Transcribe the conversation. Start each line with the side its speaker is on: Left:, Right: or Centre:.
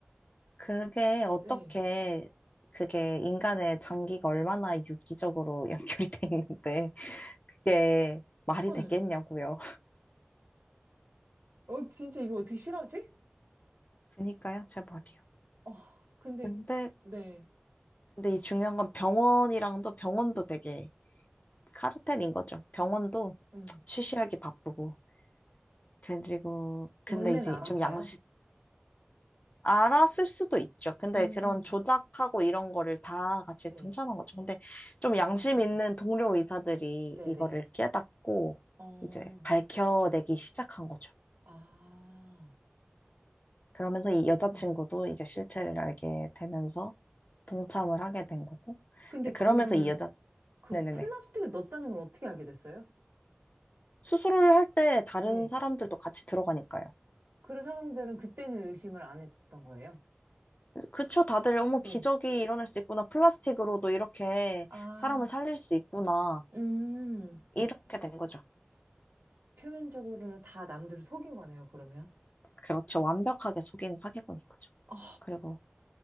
Left: 그게 어떻게,
Right: 네.
Left: 그게 인간의 장기가 얼마나 유기적으로 <laughs> 연결이 돼 있는데, 이게 말이
Right: 헐.
Left: 되겠냐고요.
Right: 어, 진짜 이거 어떻게 싫어하지?
Left: 그니까요, 제 말이요.
Right: 어, 근데,
Left: 근데,
Right: 네.
Left: 근데 이 중요한 건 병원이랑도 병원도 되게 카르텔인 거죠. 병원도
Right: 음.
Left: 쉬쉬하기 바쁘고. 그리고, 근데
Right: 원래는
Left: 이제
Right: 알았어요?
Left: 좀 양, 알았을 수도 있죠. 근데
Right: 음.
Left: 그런 조작하고 이런 거를 다 같이
Right: 네.
Left: 동참한 거죠. 근데 좀
Right: 어,
Left: 양심 있는 동료 의사들이
Right: 네네.
Left: 이거를 깨닫고
Right: 어,
Left: 이제 밝혀내기 시작한 거죠.
Right: 아.
Left: 그러면서 이 여자친구도
Right: 음.
Left: 이제 실체를 알게 되면서 동참을 하게 된 거고.
Right: 근데
Left: 근데 그러면서
Right: 그러면
Left: 이 여자,
Right: 그
Left: 네네네.
Right: 플라스틱을 넣었다는 걸 어떻게 알게 됐어요?
Left: 수술을 할 때 다른
Right: 네.
Left: 사람들도 같이 들어가니까요.
Right: 그래서 사람들은 그때는 의심을 안 했었던 거예요.
Left: 그쵸, 다들 어머
Right: 네.
Left: 기적이 일어날 수 있구나. 플라스틱으로도 이렇게
Right: 아,
Left: 사람을 살릴 수 있구나.
Right: 음.
Left: 이렇게 된 거죠.
Right: 표면적으로는 다 남들을 속인 거네요, 그러면.
Left: 그렇죠. 완벽하게 속인 사기꾼인 거죠.
Right: 아,
Left: 그리고